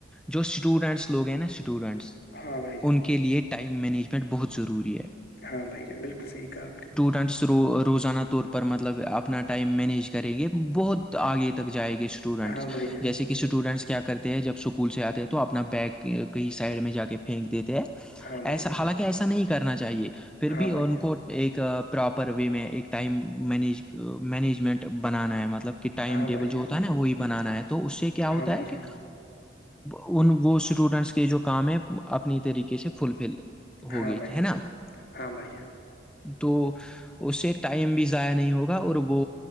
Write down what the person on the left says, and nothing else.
ہاں بھائی جان
ہاں بھائی جان بالکل صحیح کہ آپ
ہاں بھائی جان
ہاں بھائی
جان
ہاں
بھائی
جان
ہاں
بھائی جان
ہاں
بھائی
جان
ہاں
بھائی جان
ہاں بھائی جان